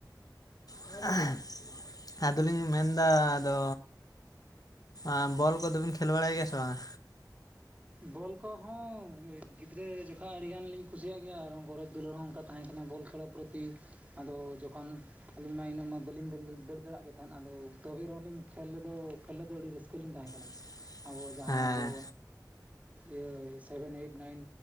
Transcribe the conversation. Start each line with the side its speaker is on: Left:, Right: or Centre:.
Left: <unintelligible> ᱟᱫᱚ ᱞᱤᱧ ᱢᱮᱱᱫᱟ ᱟᱫᱚ ᱮᱸ ᱵᱚᱞ ᱠᱚᱫᱚ ᱵᱮᱱ ᱠᱷᱮᱞ ᱵᱟᱲᱟᱭ ᱜᱮᱭᱟ ᱥᱮ ᱵᱟᱝᱟ?
Right: ᱵᱚᱞ ᱠᱚᱦᱚᱸ ᱜᱤᱫᱽᱨᱟᱹ ᱡᱚᱠᱷᱟ ᱟᱹᱰᱤ ᱜᱟᱱᱞᱤᱧ ᱠᱩᱥᱤᱭᱟᱜ ᱜᱮᱭᱟ, ᱟᱨᱦᱚᱸ ᱜᱚᱨᱚᱚᱡ ᱫᱩᱞᱟᱹᱲ ᱦᱚᱸ ᱚᱱᱠᱟ ᱛᱟᱦᱮᱸ ᱠᱟᱱᱟ ᱵᱚᱞ ᱠᱷᱮᱞᱳ ᱯᱨᱚᱛᱤ ᱟᱫᱚ ᱡᱚᱠᱷᱚᱱ ᱟᱹᱞᱤᱧ ᱢᱟ ᱤᱱᱟᱹᱜ ᱢᱟ ᱵᱟᱹᱞᱤᱧ ᱫᱟᱹᱲ ᱫᱟᱹᱲᱟᱜ ᱜᱮ ᱛᱟᱦᱮᱸᱫ ᱟᱫᱚ ᱛᱚᱵᱮ ᱨᱮᱦᱚᱸᱤᱧ ᱠᱷᱮᱞᱫᱚ ᱠᱷᱮᱞᱫᱚ ᱟᱹᱰᱤ ᱨᱟᱹᱥᱠᱟᱹ ᱞᱤᱧ ᱛᱟᱦᱮᱸ ᱠᱟᱱᱟ
Left: <unintelligible>
Right: ᱾ ᱟᱵᱚ ᱡᱟᱦᱟᱸᱵᱚ
Left: ᱦᱮᱸ
Right: ᱤᱭᱟᱹ ᱥᱮᱵᱷᱮᱱ ᱮᱭᱤᱴ ᱱᱟᱭᱤᱱ